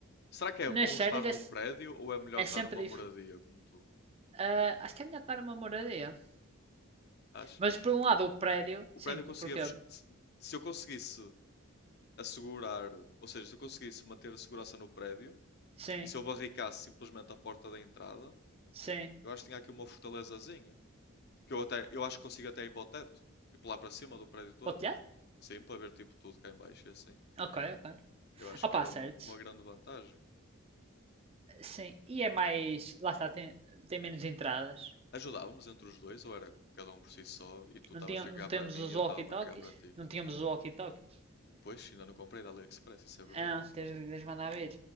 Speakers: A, on the left; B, on the right.
A: Será que é bom
B: Nas
A: estar
B: séries
A: num
B: é, se-
A: prédio ou é melhor estar
B: é sempre
A: numa moradia como tu?
B: Ah, acho que é melhor estar numa moradia.
A: Achas?
B: Mas por um lado o prédio,
A: o prédio
B: sim,
A: conseguia.
B: porque.
A: fech- Se se eu conseguisse assegurar, ou seja, se eu conseguisse manter a segurança no prédio
B: Sim,
A: e se eu barricasse simplesmente a porta da entrada,
B: sim.
A: eu acho que tinha aqui uma fortalezazinha. Que eu até, eu acho que consigo até ir para o teto, tipo lá para cima do prédio todo.
B: Para o telhado?
A: Sim, para ver tipo tudo cá em baixo e assim.
B: Ok, ok.
A: Eu acho
B: Opa,
A: que era
B: certo.
A: uma grande vantagem.
B: Sim. E é mais. Lá está, tem, tem menos entradas.
A: Ajudávamos entre os dois, ou era cada um por si só, e tu
B: Não,
A: estavas-te
B: tinha, não
A: a cagar
B: temos
A: para mim
B: os
A: e eu
B: walkie-talkies?
A: estava-me a cagar para ti?
B: Não tínhamos os walkie-talkies.
A: Pois, ainda não comprei da AliExpress, isso é verdade.
B: Ah, tens de lhes mandar vir.